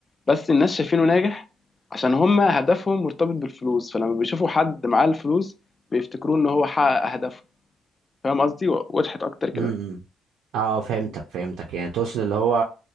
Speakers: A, on the left (about 30°); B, on the right (about 85°).
A: بس الناس شايفينه ناجح عشان هم هدفهم مرتبط بالفلوس فلما بيشوفوا حد معاه الفلوس بيفتكروه ان هو حقق اهدافه فاهم قصدي و- وضحت اكتر كده
B: امم اه فهمتك فهمتك يعني تقصد اللي هو